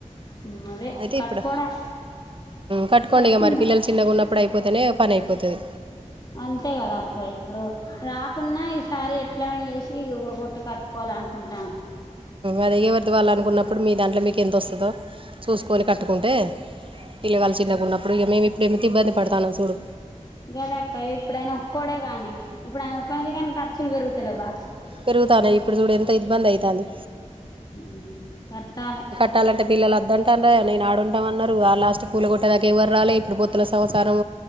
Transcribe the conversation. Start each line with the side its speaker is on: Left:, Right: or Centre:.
Left: హ్మ్. అదే
Right: అయితే
Left: కట్టుకోవడం
Right: ఇప్పుడ కట్టుకోండిగా
Left: కట్టుకుంటాం
Right: మరి పిల్లలు చిన్నగ ఉన్నప్పుడు అయిపోతేనే ఓ పనయిపోతది
Left: అంతేగదా అక్క ఇప్పుడు రాకున్నా ఈసారి ఎట్ల అయిన చేసి ఇల్లు గులకట్టి కట్టుకోవాలనుకుంటానం
Right: అదే ఎవరిది వాళ్ళ అనుకున్నప్పుడు మీ దాంట్లో మీకు ఎంత వస్తదో చూసుకొని కట్టుకుంటే పిల్లగాళ్ళు చిన్నగా
Left: అవును
Right: ఉన్నప్పుడు ఇగ మేము ఇప్పుడు ఏంత ఇబ్బంది పడతాన్నం చూడు
Left: గదే అక్క ఇప్పుడు ఆయన ఒక్కోడే గానీ ఇప్పుడు ఆయన ఒక్కనికైన కానీ ఖర్చులు పెరుగుతలేవా
Right: పెరుగుతాన్నయి ఇప్పుడు చూడు ఎంత ఇబ్బంది అయితాంది
Left: ఊ కట్టాలే
Right: కట్టాలంటే పిల్లలద్దంటారాయే నేను ఆడుంటాం అన్నారు ఆ లాస్ట్కి కూల కొట్టే దాక ఎవరు రాలే ఇప్పుడు పొత్తుల సంసారం